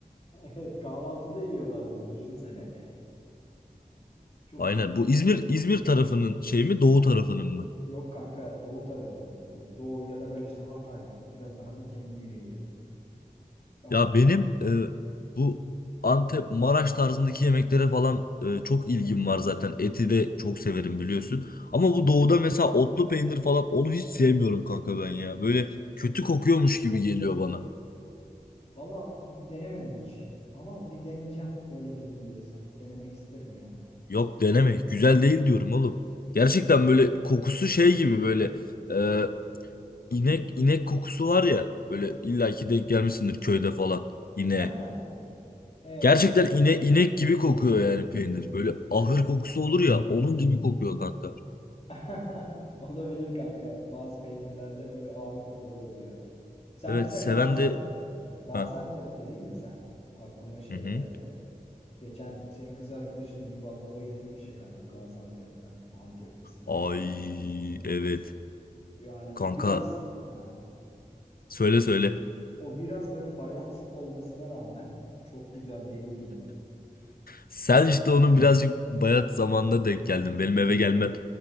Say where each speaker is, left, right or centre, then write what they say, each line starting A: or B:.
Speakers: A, on the left (about 40°); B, on the left (about 70°).
A: Evet, kahvaltıda yiyorlar bunu. Düşünsene. Çok
B: Aynen.
A: iyi.
B: Bu İzmir İzmir tarafının şey mi, doğu tarafının mı?
A: Yok kanka doğu tarafının bu. Doğu ya da böyle işte Hatay biraz daha ülkenin güneyi Gaziantep.
B: Ya benim e, bu Antep, Maraş tarzındaki yemeklere falan e, çok ilgim var zaten. Eti de çok severim biliyorsun. Ama bu doğuda mesela otlu peynir falan onu hiç sevmiyorum kanka ben ya. Böyle kötü kokuyormuş gibi geliyor bana.
A: Valla bir denemedim hiç. Ama bir deneyeceğim böyle dedin diye sen. Denemek isterim yani.
B: Yok deneme. Güzel değil diyorum oğlum. Gerçekten böyle kokusu şey gibi böyle e, inek inek kokusu var ya. Böyle illaki denk gelmişsindir köyde falan ineğe.
A: <laughs> E
B: Gerçekten ine, inek gibi kokuyor yani peynir. Böyle ahır kokusu olur ya onun gibi kokuyor kanka.
A: <laughs> olabilir kanka. Bazı peynirlerde öyle ağır kokular oluyor. Sen
B: Evet
A: mesela
B: seven
A: Gazi
B: de...
A: Ha, Gaziantep
B: Ha.
A: dedin ya sen. Aklıma şey
B: Hı hı.
A: geldi. Geçen senin kız arkadaşın bir baklava getirmiş ya kanka Gaziantep'ten Antep fıstıklı.
B: Ay evet.
A: Yani o
B: Kanka
A: biraz ha
B: söyle söyle.
A: O biraz böyle bayat olmasına rağmen çok güzel değil miydi?
B: Sen işte onun birazcık bayat zamanına denk geldin. Benim eve gelmen